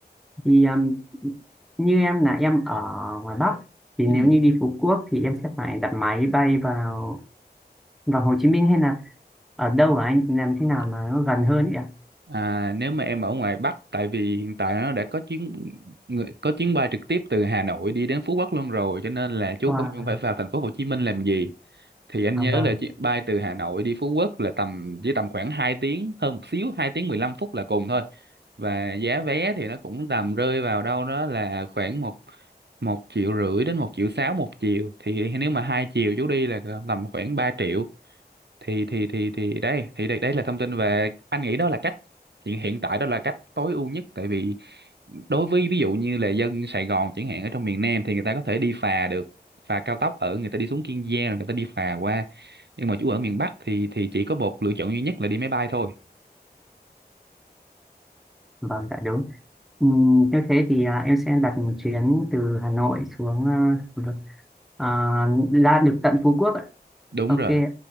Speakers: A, in the centre; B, on the right.
A: thì um, như em là em ở ngoài Bắc thì
B: Ừ.
A: nếu như đi Phú Quốc thì em sẽ phải đặt máy bay vào vào Hồ Chí Minh hay là ở đâu ở anh làm thế nào
B: À,
A: mà nó gần hơn ấy ạ
B: à, nếu mà em ở ngoài Bắc tại vì hiện tại nó đã có chuyến người- có chuyến bay trực tiếp từ Hà Nội đi đến Phú Quốc luôn rồi cho nên là chú
A: Wow.
B: cũng không phải vào thành phố Hồ Chí Minh làm gì thì anh nhớ
A: À, vâng
B: là chuyến bay từ Hà Nội đi Phú Quốc là tầm chỉ tầm khoảng 2 tiếng hơn một xíu 2 tiếng 15 phút là cùng thôi và giá vé thì nó cũng tầm rơi vào đâu đó là khoảng một một triệu rưỡi đến một triệu sáu một chiều thì nếu mà hai chiều chú đi là tầm khoảng ba triệu thì thì thì thì đây thì đây, đây là thông tin về anh nghĩ đó là cách hiện hiện tại đó là cách tối ưu nhất tại vì đối với ví dụ như là dân Sài Gòn chẳng hạn ở trong miền Nam thì người ta có thể đi phà được phà cao tốc ở người ta đi xuống Kiên Giang rồi người ta đi phà qua nhưng mà chú ở miền Bắc thì thì chỉ có một lựa chọn duy nhất là đi máy bay thôi
A: vâng dạ đúng Ừm, Nếu thế thì à, em sẽ đặt một chuyến từ Hà Nội xuống à, được- à, ra được tận Phú Quốc ạ.
B: đúng
A: Ok
B: rồi
A: ạ.